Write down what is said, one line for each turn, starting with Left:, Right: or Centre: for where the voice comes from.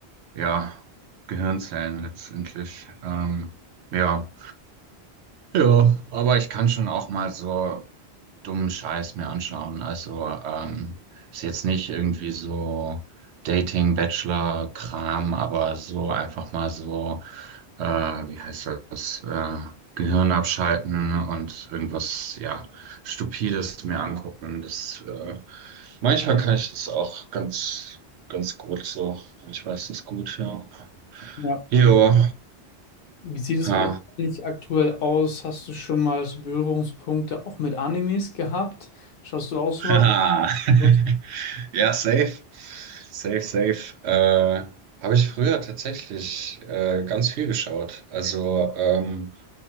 Right: ja, Gehirnzellen letztendlich. Ähm, ja. Ja, aber ich kann schon auch mal so dummen Scheiß mir anschauen. Also ähm, ist jetzt nicht irgendwie so Dating, Bachelor, Kram, aber so einfach mal so, äh, wie heißt das, äh, Gehirn abschalten und irgendwas, ja, Stupides mir angucken. Das, äh, manchmal kann ich das auch ganz, ganz gut so. Ich weiß das gut, ja.
Left: Ja.
Right: Jo,
Left: Wie sieht es
Right: ha.
Left: bei dir eigentlich aktuell aus? Hast du schon mal so Berührungspunkte auch mit Animes gehabt? Schaust du auch sowas?
Right: Haha.
Left: Was-
Right: <laughs> Ja, safe. Safe, safe. Äh, habe ich früher tatsächlich äh, ganz viel geschaut. Also, ähm,